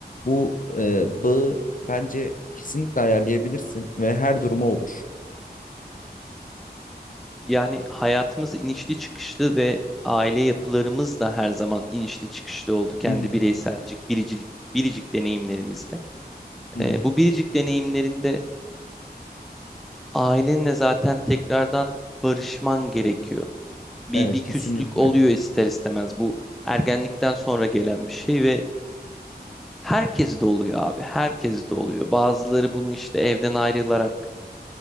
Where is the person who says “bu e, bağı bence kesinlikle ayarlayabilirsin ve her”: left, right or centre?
Left